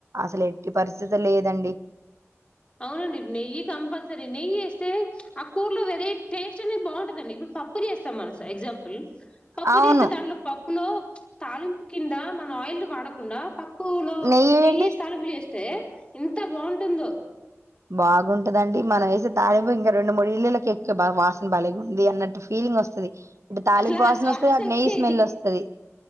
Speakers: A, on the right (about 70°); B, on the left (about 25°).
A: అసలు ఎట్టి పరిస్థితులేదండి.
B: అవునండి నెయ్యి కంపల్సరీ నెయ్యి వేస్తే ఆ కూరలో వెరే టేస్ట్ అనేది బాగుంటుందండి ఇప్పుడు పప్పు చేస్తాం మనం సో ఎగ్జాంపుల్ పప్పు
A: అవును
B: చేసే దానీలో పప్పులో తాలింపు కింద మన ఆయిల్ వాడకుండా పప్పు ప్పు లో
A: నెయ్యి వేయండి
B: నెయ్యిసి తలంపు ఎస్తే ఎంత బాగుంటుందో
A: బాగుంటుదండి మన వేసే తాలింపు ఇంకా రెండు మూడు ఇళ్లకు ఎక్కే వాసన బలేగా ఉంది అన్నట్ ఫీలింగ్ వస్తు స్తది ఇటు తాలింపూసన
B: అసలు ఆ శ్వాసనకి
A: వస్తది. అటు నెయ్యి స్మెల్ వస్తది.